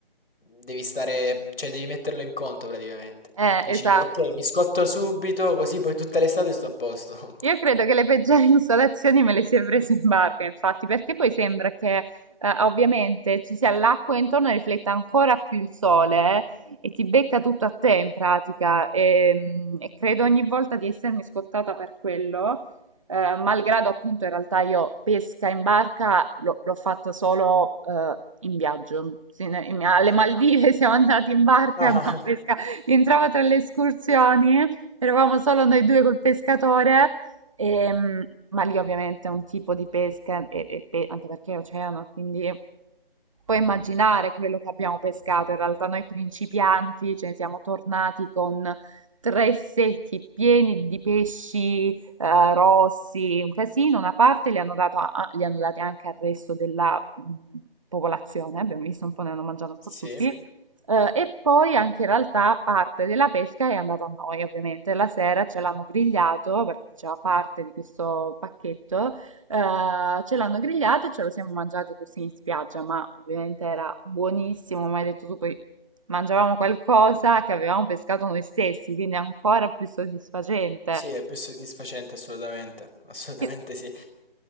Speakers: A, on the left; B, on the right.
A: devi stare, cioè devi metterlo in conto praticamente.
B: Eh,
A: Dici,
B: esatto.
A: ok, mi scotto subito, così poi tutta l'estate sto a posto. <laughs>
B: Io credo che le peggiori <laughs> insolazioni me le si è prese in barca, infatti, perché poi sembra che eh, ovviamente ci sia l'acqua intorno e rifletta ancora più il sole eh, e ti becca tutto a te in pratica. E, mm, e credo ogni volta di essermi scottata per quello, eh, malgrado appunto in realtà io pesca in barca l'ho l'ho fatta solo eh, in viaggio. Sì, ne- in- alle
A: Ah.
B: Maldive <laughs> siamo andati in barca,
A: Ah,
B: abbiamo pescato,
A: <laughs>
B: rientrava tra le escursioni, eravamo solo noi due col pescatore. Ehm, ma lì ovviamente è un tipo di pesca, e, e pe- anche perché è oceano, quindi Puoi immaginare quello che abbiamo pescato, in realtà noi principianti ce ne siamo tornati con tre secchi pieni di pesci eh, rossi, un casino, una parte li hanno dato a- li hanno dati anche al resto della mh, popolazione, abbiamo visto un po', ne hanno mangiato un
A: sì,
B: po' tutti, Sì. eh, e poi anche in realtà parte della pesca è andata a noi, ovviamente, la sera ce l'hanno grigliato perché faceva parte di questo pacchetto. Eh, ce l'hanno grigliato e ce lo siamo mangiato così in spiaggia, ma ovviamente era buonissimo, come hai detto tu, poi mangiavamo qualcosa che avevamo pescato noi stessi, quindi è ancora più soddisfacente.
A: sì, è più soddisfacente assolutamente, assolutamente
B: Che,
A: sì.